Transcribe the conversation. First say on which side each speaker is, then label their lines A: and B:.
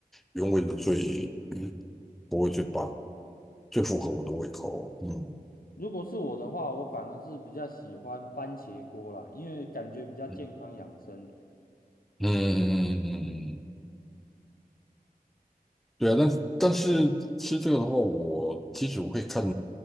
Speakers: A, in the centre; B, on the left.
A: 原味的最口味最棒，最符合我的胃口。嗯
B: 如果是我的话，我反而是比较喜欢番茄锅啦，因为感觉比较健康养生啊
A: 嗯嗯嗯嗯，嗯对啊，但是但是吃这个的话，我其实我会看